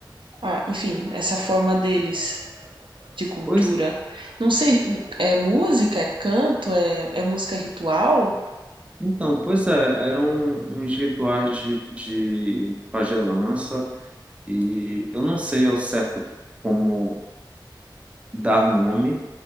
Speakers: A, on the right (about 80°); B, on the right (about 15°).
A: a, enfim, essa forma deles. de cultura.
B: Pois,
A: Não sei, é música, é canto, é, é música ritual?
B: então, pois é, eram uns rituais de, de pagelança e eu não sei ao certo como dar nome,